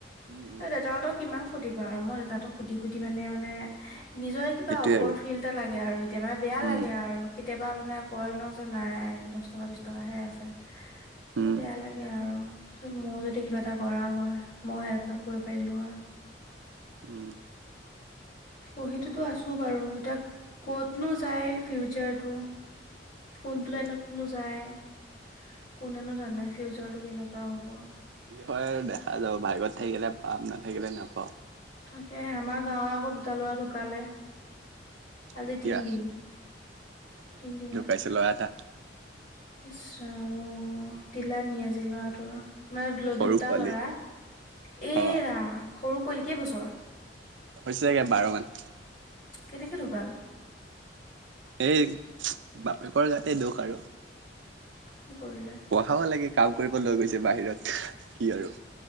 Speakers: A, on the right (about 80°); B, on the left (about 50°).
A: উম উম
B: এ দেউতহঁতক কিমান সুধিবা আৰু মই দেউতাহতক সুধি সুধি মানে- এহ নিজৰ কিবা
A: সেইটোৱে
B: অকৰ্ড
A: আৰু
B: ফিল এটা লাগে আৰু এতিয়া মানে বেয়া
A: উম
B: লাগে আৰু্ কেতিয়াবা মানে কয় ন যে নাই দশ টকা বিশ টকা হে আছে।
A: উম
B: তাকো বেয়া লাগে আৰু। তা পিছত মোৰো যদি কিবা এটা কৰা হয় মই হেল্প অলপ কৰিব পাৰিলো হয়।
A: উমঁ!
B: পঢ়িটোতো আছো বাৰু। এতিয়া- ক'তনো যায় ফিউচাৰটো কোনটো
A: সেইটোৱে
B: লাইনতনো
A: আৰু
B: যায়? কোনেনো জানে ফিউচাৰটো কেনেকুৱা হ'ব?
A: কি হয় আৰু দে- দেখা যাব ভাগ্যত থাকিলে পাম নাথাকিলে নাপাওঁ।
B: তাকেহে, আমাৰ গাঁৱৰ আকৌ দুটা লৰা ঢুকালে। আজি
A: কেতিয়া
B: তিনিদিন, তিনিদিনা।
A: পিছে লৰা এটা।
B: ইছ ৰাম অঁ, তিলানী আজি ল'ৰাটোৰ। মানে
A: সৰু
B: দুটা
A: পোৱালি
B: লৰা, এ
A: অ
B: ৰাম সৰু পোৱালী কেই বছৰ।
A: হৈছেগে বাৰ মান।
B: কেনেকে ঢুকাল?
A: এই বাপেকৰ গাতে দোষ আৰু।
B: কি কৰিলে?
A: পঢ়াব লাগে, কাম কৰিব লৈ গৈছে বাহিৰত কি আৰু?